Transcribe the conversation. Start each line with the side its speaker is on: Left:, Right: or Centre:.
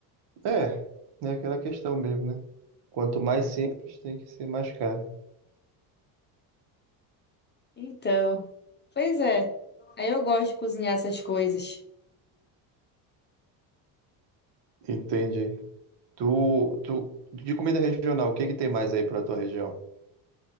Right: É, é aquela questão mesmo, né? Quanto mais simples, tem que ser mais caro.
Left: Então, pois é. Aí eu gosto de cozinhar essas coisas.
Right: Entendi. Tu, tu, de comida regional, o que que tem mais aí pra tua região?